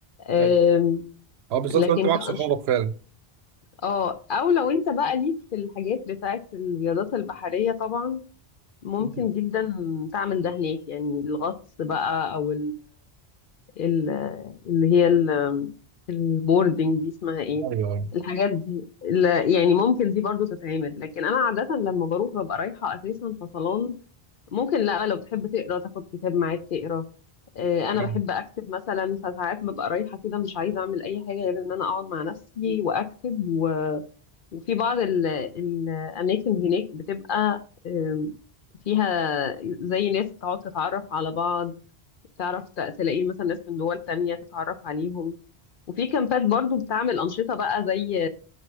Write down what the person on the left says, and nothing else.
أم،
لكن
كأنش...
اه أو لو أنت بقى ليك في الحاجات بتاعت الرياضات البحرية طبعا ممكن
جدا تعمل ده هناك يعني الغطس بقى أو ال- اللي هي ال- البوردنج دي اسمها ايه
الحاجات دي ال- يعني ممكن دي برضو تتعمل لكن انا عادة لما بروح ببقى رايحة اساسا فصلان ممكن لا لو بتحب تقرا تاخد كتاب معاك تقرا آه، انا
بحب اكتب مثلا فساعات ببقى رايحة كده مش عايزة اعمل اي حاجة غير ان انا اقعد مع نفسي واكتب و- وفي بعض ال- الاماكن هناك بتبقى آم، فيها زي ناس بتقعد تتعرف على بعض تعرف ت- تلاقي مثلا ناس من دول تانية تتعرف عليهم وفي كامبات برضو بتعمل أنشطة بقى زي